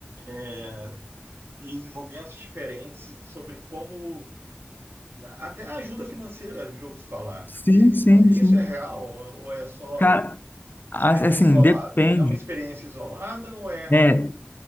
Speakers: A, on the right; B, on the left.
A: é, em momentos diferentes sobre como né, até a ajuda financeira, já ouvi falar.
B: Sim,
A: E-
B: sim,
A: e co- Isso
B: sim.
A: é real ou é só
B: Cara, a-
A: experiência
B: assim,
A: isolada?
B: depende.
A: É uma experiência isolada ou é?
B: né?